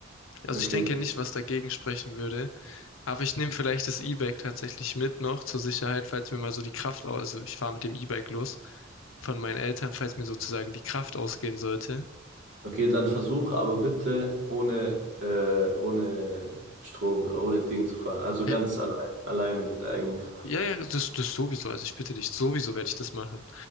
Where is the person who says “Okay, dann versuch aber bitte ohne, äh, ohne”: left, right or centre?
Right